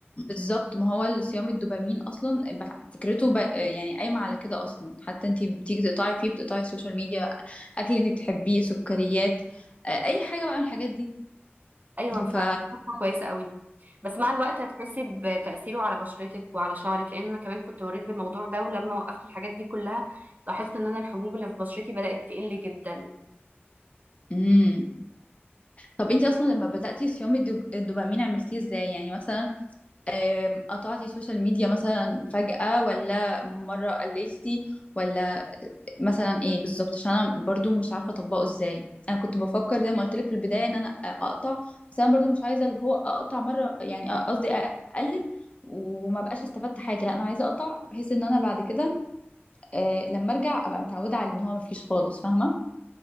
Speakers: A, on the left; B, on the right.
A: بالظبط ما هو الصيام الدوبامين اصلا بح- فكرته ب... يعني قايمه على كده اصلا حتى انت بتيجي تقطعي فيه بتقطعي السوشيال ميديا اكل انت بتحبيه سكريات آه، اي حاجه بقى من الحاجات دي
B: ايوه فخطوه
A: ف
B: كويسه قوي بس مع الوقت هتحسي بتاثيره على بشرتك وعلى شعرك لان انا كمان كنت مريت بالموضوع ده ولما وقفت الحاجات دي كلها لاحظت ان انا الحبوب اللي في بشرتي بدات تقل جدا
A: مم. طب انت اصلا لما بداتي صيام الدوب... الدوبامين عملتيه ازاي يعني مثلا آم، قطعتي سوشيال ميديا مثلا فجاه ولا مره قللتي ولا مثلا ايه بالظبط عشان انا برضو مش عارفه اطبقه ازاي انا كنت بفكر زي ما قلت لك في البدايه ان انا اقطع بس انا برضو مش عايزه اللي هو اقطع مره يعني قصدي اقلل وما بقاش استفدت حاجه لا انا عايزه اقطع بحيث ان انا بعد كده آه لما ارجع ابقى متعوده على ان هو ما فيش خالص فاهمه